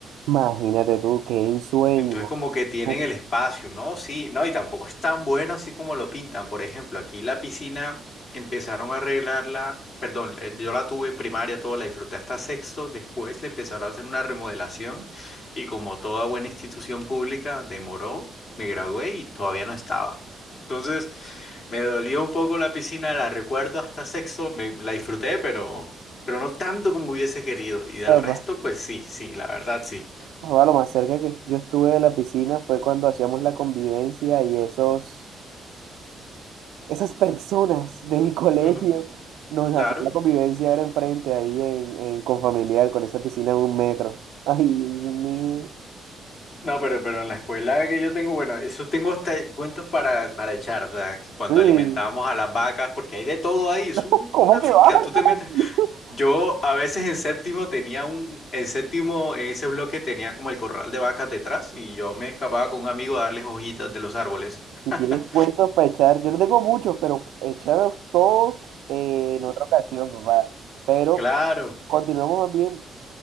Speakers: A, on the right; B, on the left.
A: Imagínate tú, qué ensueño.
B: Entonces como que tienen
A: Uf,
B: el espacio, ¿no? Sí, no, y tampoco es tan bueno así como lo pintan. Por ejemplo, aquí la piscina empezaron a arreglarla, perdón, eh, yo la tuve en primaria, todo, la disfruté hasta sexto, después le empezaron a hacer una remodelación y como toda buena institución pública demoró, me gradué y todavía no estaba. Entonces me dolió un poco la piscina, la recuerdo hasta sexto, me, la disfruté, pero, pero no tanto como hubiese querido. Y del
A: papá.
B: resto, pues sí, sí, la verdad sí.
A: Papá, lo más cerca que yo estuve de la piscina fue cuando hacíamos la convivencia y esos, esas personas de mi <laughs> colegio
B: Ujú,
A: nos
B: claro.
A: hacían la convivencia era enfrente ahí en, en Confamiliar con esa piscina de un metro. Ay, Dios mío.
B: No, pero, pero en la escuela que yo tengo, bueno, eso tengo hasta cuentos para, para echar, o sea, que cuando
A: Sí.
B: alimentábamos
A: <laughs>
B: a las vacas, porque hay de todo ahí, es
A: No,
B: un-
A: ¿cómo
B: una
A: que
B: finca,
A: va? <laughs>
B: tú te metes. Yo a veces en séptimo tenía un, en séptimo, en ese bloque tenía como el corral de vacas detrás y yo me escapaba con un amigo a darles hojitas de los árboles. <laughs>
A: Si tienes cuentos para echar, yo no tengo muchos, pero echar todos eh, en otra ocasión, papá. Pero
B: Claro,
A: continuemos más bien